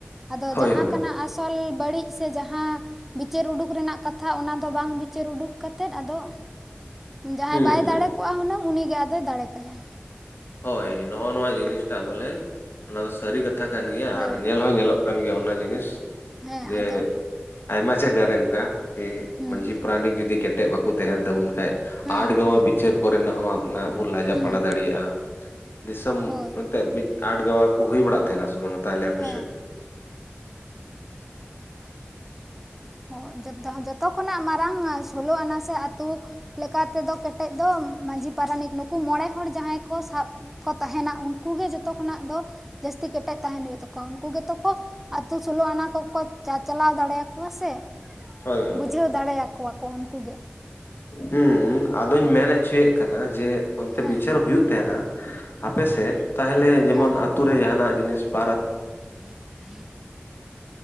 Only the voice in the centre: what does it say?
ᱟᱫᱚ
ᱡᱟᱦᱟᱸ
ᱠᱟᱱᱟ ᱟᱥᱚᱞ ᱵᱟᱹᱲᱤᱡᱼᱼ ᱥᱮ ᱡᱟᱦᱟᱸ ᱵᱤᱪᱟᱹᱨ ᱩᱰᱩᱠ ᱨᱮᱱᱟᱜ ᱠᱟᱛᱷᱟ ᱚᱱᱟ ᱫᱚ ᱵᱟᱝ ᱵᱤᱪᱟᱹᱨ ᱩᱰᱩᱠ ᱠᱟᱛᱮᱫ ᱟᱫᱚᱼᱼ ᱡᱟᱦᱟᱸᱭ
ᱵᱟᱭ
ᱫᱟᱲᱮ ᱠᱚᱜ-ᱟ ᱦᱩᱱᱟᱹᱝ ᱩᱱᱤ ᱜᱮ ᱟᱫᱚᱭ ᱫᱟᱲᱮ ᱠᱟᱭᱟ
ᱦᱳᱭ
ᱦᱮᱸ
ᱟᱫᱚ
ᱦᱩᱸ
ᱦᱩᱸ
ᱦᱩᱸ
ᱦᱩᱸ
ᱦᱳᱭ
ᱦᱮᱸ
ᱚ ᱡᱚᱛᱚ ᱡᱚᱛᱚ ᱠᱷᱚᱱᱟᱜ ᱢᱟᱨᱟᱝ ᱥᱳᱞᱳ ᱟᱱᱟ ᱥᱮ ᱟᱹᱛᱩᱼᱼ ᱞᱮᱠᱟ ᱛᱮᱫᱚ ᱠᱮᱴᱮᱡ ᱫᱚ ᱢᱟᱹᱡᱷᱤ ᱯᱟᱨᱟᱱᱤᱠ ᱱᱩᱠᱩ ᱢᱚᱬᱮ ᱦᱚᱲ ᱡᱟᱦᱟᱸᱭ ᱠᱚ ᱥᱟᱵᱼᱼ ᱠᱚ ᱛᱟᱦᱮᱱᱟ ᱩᱱᱠᱩ ᱜᱮ ᱡᱚᱛᱚ ᱠᱷᱚᱱᱟᱜ ᱫᱚᱼᱼ ᱡᱟᱹᱥᱛᱤ ᱠᱮᱴᱮᱡ ᱛᱟᱦᱮᱱ ᱦᱩᱭᱩᱜ ᱛᱟᱠᱚᱣᱟ ᱩᱱᱠᱩ ᱜᱮᱛᱚ ᱠᱚ ᱟᱛᱳ ᱥᱳᱞᱳ ᱟᱱᱟ ᱠᱚᱠᱚ ᱪᱟᱪᱟᱞᱟᱣ ᱫᱟᱲᱮᱭᱟ ᱠᱚᱣᱟ ᱥᱮ
ᱵᱩᱡᱷᱟᱹᱣ ᱫᱟᱲᱮ ᱟᱠᱚᱣᱟ ᱠᱚ ᱩᱱᱠᱩ ᱜᱮ
ᱦᱮᱸ
ᱦᱮᱸ
<inaudible>